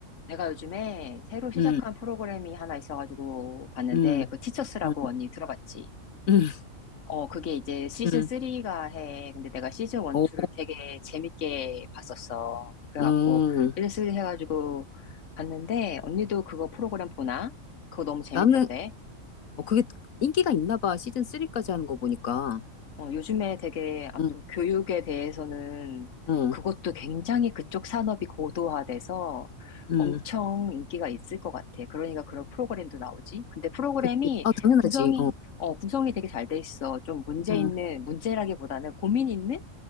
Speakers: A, on the left (about 65°); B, on the left (about 80°).
A: 내가 요즘에 새로 시작한
B: 음,
A: 프로그램이 하나 있어가지고 봤는데,
B: 음,
A: 그 티처스라고
B: 음,
A: 언니 들어봤지?
B: 음,
A: 어, 그게 이제 시즌
B: 음.
A: 3가 해. 근데 내가 시즌 1,
B: 오,
A: 2를 되게 재밌게 봤었어. 그래갖고,
B: 음.
A: 시즌 3 해가지고 봤는데, 언니도 그거 프로그램 보나? 그거 너무 재밌던데?
B: 나는, 어, 그게 인기가 있나 봐. 시즌 리까지 하는 거 보니까.
A: 어, 요즘에 되게 아무튼
B: 응
A: 교육에 대해서는
B: 응
A: 그것도 굉장히 그쪽 산업이 고도화돼서
B: 응
A: 엄청 인기가 있을 것 같아. 그러니까 그런 프로그램도 나오지. 근데 프로그램이
B: 그치. 아, 당연하지.
A: 구성이,
B: 어,
A: 어, 구성이 되게 잘 돼 있어. 좀 문제
B: 응
A: 있는, 문제라기보다는 고민 있는?